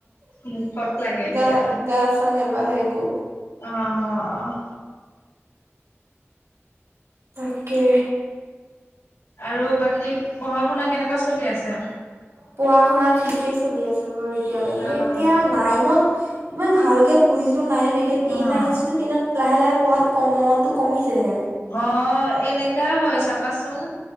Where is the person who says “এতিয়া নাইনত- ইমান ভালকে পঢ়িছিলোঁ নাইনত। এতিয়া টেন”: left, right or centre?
Right